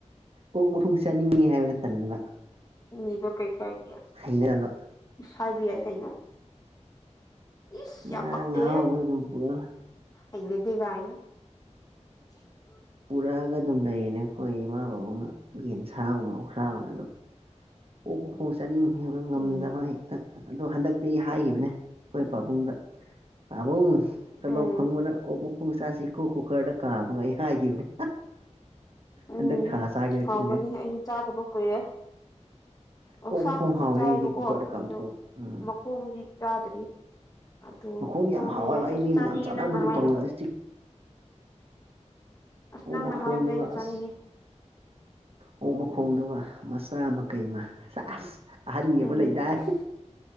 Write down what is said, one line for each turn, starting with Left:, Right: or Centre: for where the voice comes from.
Right: ꯑꯣꯣꯛ ꯃꯊꯨꯝ ꯆꯥꯅꯤꯡꯉꯦ ꯍꯥꯏꯕꯗ ꯇꯟꯕ
Left: ꯅꯤꯕ ꯀꯩꯀꯥꯏꯒꯦ
Right: ꯍꯩꯅꯗꯕ
Left: ꯍꯥꯏꯕ ꯌꯥꯏ ꯀꯩꯅꯣ ꯑꯁ
Right: ꯏꯟꯖꯥꯡ
Left: ꯌꯥꯝ ꯄꯛꯇꯦ
Right: ꯑꯍꯥꯎꯕ ꯑꯗꯨꯝ ꯄꯨꯔ
Left: ꯑꯩꯅ ꯗꯦꯒꯥꯏꯅ <inaudible>
Right: ꯄꯨꯔꯛꯑꯒ ꯑꯗꯨꯝ ꯂꯩꯌꯦꯅꯦ ꯑꯩꯈꯣꯏ ꯏꯃꯥ ꯕꯥꯕꯅ ꯌꯦꯟ ꯁꯥꯒꯨꯝꯕ ꯑꯧꯁꯥꯒ ꯑꯗꯣ ꯑꯣꯄ ꯈꯣꯡ ꯆꯠꯅꯤꯡꯦ ꯍꯥꯏꯕ ꯉꯝꯗꯕ
Left: ꯎꯝ
Right: ꯍꯦꯛꯇ ꯑꯗꯣ ꯍꯟꯗꯛ ꯑ ꯑꯩ ꯍꯥꯏꯈꯤꯕꯅꯦ ꯑꯩꯈꯣꯏ ꯄꯥꯕꯨꯡꯗ ꯄꯥꯕꯨꯡ ꯇꯂꯣꯞ
Left: ꯎꯝ
Right: ꯐꯪꯕꯗ ꯑꯣꯛ ꯃꯣꯡ ꯆꯥꯁꯤ ꯀ ꯀꯨꯀꯔꯗ ꯀꯥꯕ ꯉ ꯑꯩ ꯍꯥꯏꯈꯤꯕꯅꯦ
Left: ꯎꯝ
Right: ꯍꯟꯗꯛ ꯊꯥ ꯆꯥꯒꯦꯔꯥ
Left: ꯍꯒꯅꯤ
Right: ꯈꯪꯗꯦ
Left: ꯑꯩꯁꯨ ꯆꯥꯗꯕ ꯀꯨꯏꯔꯦ ꯑꯣꯛꯁꯥꯕꯨꯗꯤ
Right: ꯑꯣꯛ ꯃꯈꯣꯡ ꯍꯥꯎꯋꯦ
Left: ꯆꯥꯏꯕꯀꯣ
Right: ꯑꯩꯒꯤꯗꯤ ꯀꯨꯀꯔꯗ ꯀꯥꯝꯊꯣꯛ
Left: ꯑꯗꯣ
Right: ꯎꯝ
Left: ꯃꯈꯣꯡꯕꯨꯗꯤ ꯆꯥꯗ꯭ꯔꯤ ꯑꯗꯨ
Right: ꯃꯈꯣꯡꯗꯤ
Left: ꯆꯥꯝꯕ
Right: ꯌꯥꯝ ꯍꯥꯎꯋꯦꯕ
Left: ꯌꯥꯏ ꯑꯩꯁꯨ
Right: ꯑꯩꯗꯤ
Left: ꯆꯥꯅꯤꯡꯉꯦ
Right: ꯌꯥꯝ ꯆꯥꯅꯕꯗꯣ
Left: ꯅꯪꯅ ꯍꯥꯏꯔꯒ
Right: ꯇꯧꯔꯛꯑꯦ
Left: ꯑꯁ
Right: ꯑꯣ
Left: ꯅꯪꯅ
Right: ꯃꯈꯣꯡꯗꯨ
Left: ꯍꯥꯏꯕꯗ ꯑꯩꯁꯨ
Right: ꯑꯁ
Left: ꯆꯥꯅꯤꯡꯉꯦ
Right: ꯑꯣ ꯃꯈꯣꯡ ꯈꯣꯡꯗꯨꯒ ꯃꯆꯥ ꯑꯃ ꯀꯩ ꯑꯃ ꯑꯍꯟ
Left: ꯎꯝ
Right: ꯑꯃ ꯂꯩꯗꯥꯏ
Left: ꯑꯁ